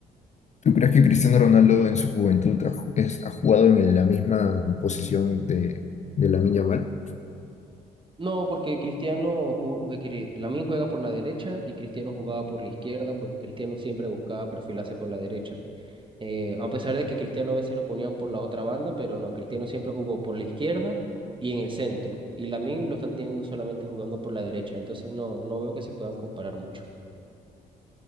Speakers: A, on the left (about 35°); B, on the right (about 25°).
A: ¿Tú crees que Cristiano Ronaldo en su juventud ha, ju- es- ha jugado en el- la misma posición de, de Lamine Yamal?
B: No, porque Cristiano, jugó- eh, Cri- Lamine juega por la derecha y Cristiano jugaba por la izquierda, porque Cristiano siempre buscaba perfilarse por la derecha. Eh, a pesar de que Cristiano a veces lo ponían por la otra banda, pero no, Cristiano siempre jugó por la izquierda y en el centro. Y Lamine lo están teniendo solamente jugando por la derecha, entonces no, no veo que se puedan comparar mucho.